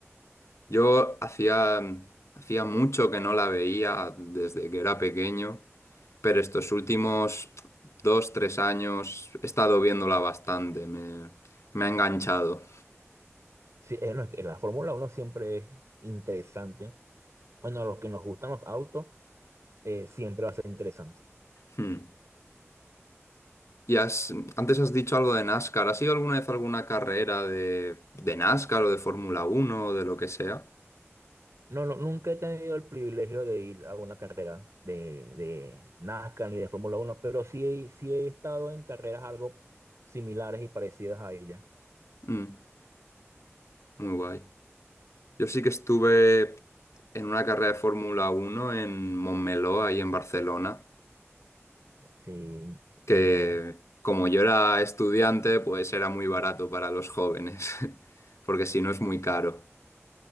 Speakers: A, on the left; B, on the right.
A: Yo hacía, mm, hacía mucho que no la veía desde que era pequeño, pero estos últimos dos, tres años he estado viéndola bastante, me, me ha enganchado.
B: Sí, eh, no, es que la Fórmula uno siempre es interesante. Bueno, a los que nos gustan los autos, eh, siempre va a ser interesante.
A: Hmm. Y has, antes has dicho algo de NASCAR, ¿has ido alguna vez a alguna carrera de, de NASCAR o de Fórmula Uno o de lo que sea?
B: No, no, nunca he tenido el privilegio de ir a una carrera de, de NASCAR ni de Fórmula Uno, pero sí, he- sí he estado en carreras algo similares y parecidas a ella.
A: Mm, muy guay. Yo sí que estuve en una carrera de Fórmula Uno en Montmeló, ahí en Barcelona.
B: Sí,
A: que
B: muy buena.
A: como yo era estudiante, pues era muy barato para los jóvenes, <laughs> porque si no es muy caro.